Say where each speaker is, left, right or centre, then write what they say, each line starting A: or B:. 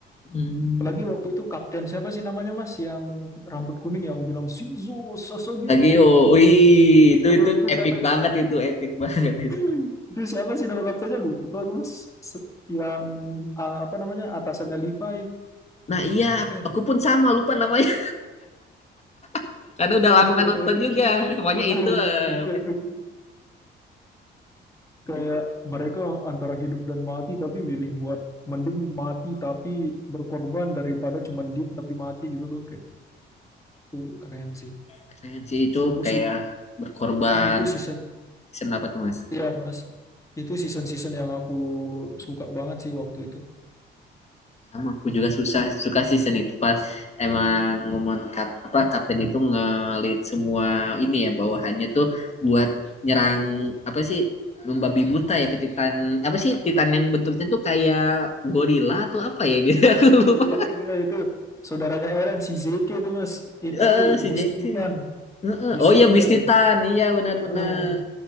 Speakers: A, on the left (about 35°); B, on the left (about 15°).
A: Hmm.
B: Apalagi waktu itu kapten siapa sih namanya mas yang rambut kuning yang bilang Shinzo Sasageo.
A: Tagio,
B: <laughs>
A: wih itu itu
B: Itu
A: epic
B: siapa itu?
A: banget itu epic banget itu.
B: <laughs> Itu siapa sih nama kaptennya? Lupa gue mas. Se- Yang ah, apa namanya atasannya Levi.
A: Nah iya
B: Apa
A: aku,
B: ya?
A: aku pun sama lupa namanya <laughs> karena udah lama
B: Itu
A: nggak nonton
B: epic
A: juga.
B: sih.
A: Pokoknya
B: Bener,
A: itu eh,
B: itu
A: pokoknya,
B: epic.
A: pokoknya
B: kayak mereka antara hidup dan mati tapi milih buat mending mati tapi berkorban daripada cuman diem tapi mati gitu loh kayak itu keren sih
A: keren sih itu
B: itu
A: kayak
B: sih
A: berkorban.
B: itu season
A: Senapa tuh mas?
B: ya mas itu season-season yang aku suka banget sih waktu itu
A: sama aku juga susah suka season itu pas emang momen kap, apa kapten itu ngelit semua ini ya bawahannya tuh buat nyerang apa sih membabi buta ya ke Titan apa sih Titan yang bentuknya tuh kayak gorila atau apa ya gitu <laughs> aku lupa
B: ya itu ya itu saudaranya Eren si Zeke itu mas itu
A: Eh, si
B: Beast
A: Jack
B: Titan
A: Heeh.
B: Beast
A: Oh iya
B: Titan
A: Beast Titan
B: itu
A: iya benar-benar
B: ah,